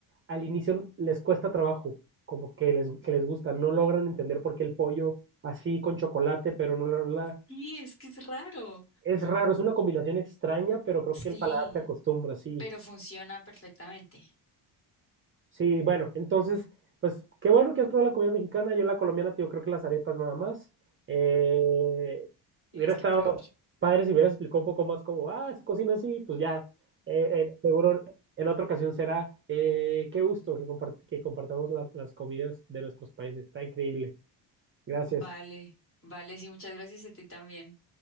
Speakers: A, on the right (about 30°); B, on the left (about 30°).
A: al inicio les cuesta trabajo, como que les, que les gusta, no logran entender por qué el pollo así con chocolate, pero no la... la la-
B: Sí, es que es raro.
A: es raro, es una combinación extraña, pero creo
B: Sí,
A: que el paladar se acostumbra, sí.
B: pero funciona perfectamente.
A: Sí, bueno, entonces, pues qué bueno que has probado la comida mexicana. Yo la colombiana, tío, creo que las arepas nada más. Eh,
B: Tienes
A: hubiera estado
B: que probar.
A: padre si hubieras explicado un poco más cómo, ah, se cocina así, pues ya. Eh, eh, seguro en otra ocasión será. Eh, qué gusto que, compart- que compartamos la- las comidas de nuestros países. Está increíble. Gracias.
B: Vale, vale, sí, muchas gracias a ti también.